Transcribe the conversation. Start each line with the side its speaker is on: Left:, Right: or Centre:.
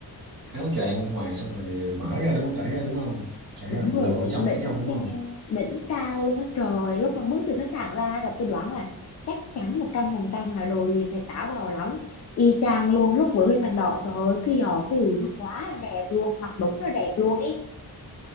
Right: áo choàng bên ngoài xong rồi mở ra đúng không cởi ra đúng không cởi
Left: đúng
Right: ra bộ
Left: rồi,
Right: đồ ở trong
Left: đỉnh
Right: phía trong đúng
Left: cao,
Right: không
Left: đỉnh cao luôn á trời. Lúc mà bước từ khách sạn ra là tôi đoán là chắc chắn 100% là đồ gì phải táo bạo lắm. Y chang luôn lúc vừa lên thảm đỏ, trời ơi, cái giò, cái đùi nó quá là đẹp luôn, mặc đúng là đẹp luôn ấy.